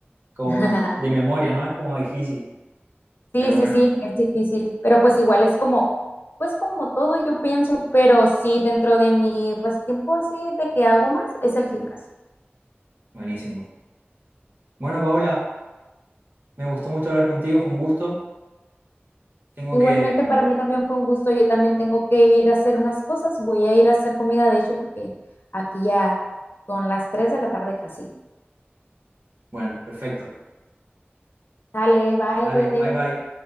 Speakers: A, on the right; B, on the left.
A: como
B: <laughs>
A: de memoria, ¿no? Es como difícil,
B: Sí,
A: pero
B: sí,
A: bueno,
B: sí, es difícil, pero pues igual es como, pues como todo yo pienso, pero sí, dentro de mi pasatiempo así de que hago más es el gimnasio.
A: buenísimo. Bueno, Paola, me gustó mucho hablar contigo, fue un gusto. Tengo
B: Igualmente
A: que
B: para mí también fue un gusto, yo también tengo que ir a hacer unas cosas, voy a ir a hacer comida de hecho porque aquí ya son las 3 de la tarde casi.
A: Bueno, perfecto.
B: Dale, bye,
A: Dale,
B: cuídate.
A: bye bye.